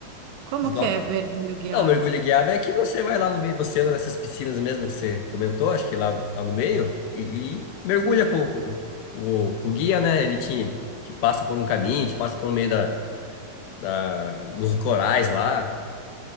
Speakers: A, on the right; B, on the left.
A: Como
B: Snorkel?
A: que é mergulho guiado?
B: Não, mergulho guiado é que você vai lá no meio do oceano, nessas piscinas mesmo que você comentou, acho que lá, lá no meio, e, e mergulha
A: É.
B: com, com, com o com o guia, né? Ele te, te passa por um caminho, te passa por meio da, da, dos corais lá.